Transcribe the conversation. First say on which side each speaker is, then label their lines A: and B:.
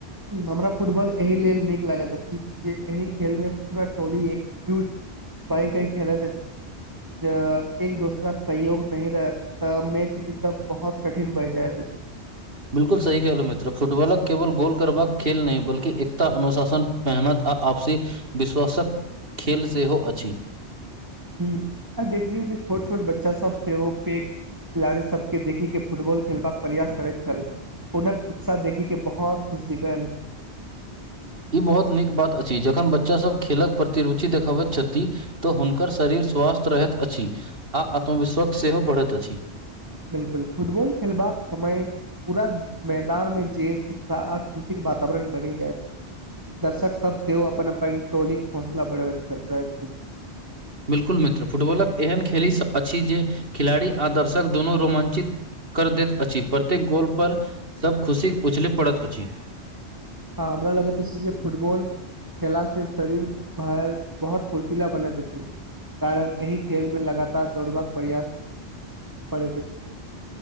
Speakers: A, on the right; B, on the right.
A: हमरा फुटबॉल एहि लेल नीक लागैत अछि जे एहि खेल मे पूरा टोली एक जूट भइ कई खेलैत अछि ज एक दोसरा के सहयोग नहि रहत तऽ मैच जीतब बहुत कठिन भए जायत अछि
B: बिलकुल सही केहलहु मित्र फुटबॉलक केवल गोल करबाक खेल नहि बल्कि एकता अनुशासन पहनत आ आपसी विश्वासक खेल सेहो अछि
A: हूँ देखलियौ जे छोट छोट बच्चा सब सेहो पेघ खेलाड़ी सबके देखिक के फुटबॉल खेलबाक प्रयास करैत छल हुनक उत्साह देखिक के बहोत खुशी भेल
B: ई बहुत नीक बात अछि जखन बच्चा सब खेलक प्रति रुचि देखबैत छथि तऽ हुनकर शरीर स्वस्थ्य रहैत अछि आ आत्मविश्वास सेहो बढ़ैत अछि
A: बिलकुल फुटबॉल खेलबाक समय पूरा मैदान में जे उत्साह आ खुशी के वातावरण बनी जायत अछि दर्शक सब सेहो अपन अपन टोली के हौसला बढ़बैत रहे छथि
B: बिल्कुल मित्र फुटबॉलक एहेन खेली अछि जे खिलाड़ी आ दर्शक दोननो रोमाञ्चित कर दैत अछि प्रत्येक गोल पर सब खुशी उछलै पड़ैत अछि
A: हँ हमरा लगैत छी जे फुटबॉल खेलला से शरीर भर बहुत फुर्तीला बनैत अछि कारण एहि खेल मे लगातार दौड़बाक प्रयास पड़ैत अछि